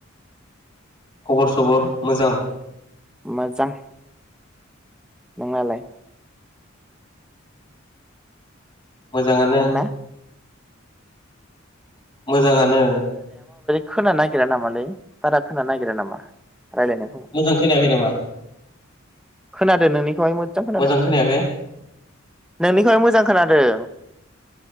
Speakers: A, on the left; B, in the centre.
A: खबर सबर मोजां?
B: मोजां। नोंनालाय?
A: मोजाङानो।
B: नोंना
A: मोजाङानो।
B: खोना नागिरा नामालै बारा खोनानो नागिरा नामा? रायलायनायखौ
A: मोजां खोनायाखै नामा?
B: खोनादों नोंनि हाय मोज्जां खोनादों
A: मोजां खोनायाखै
B: नोंनिखौहाय मोजां खोनादों।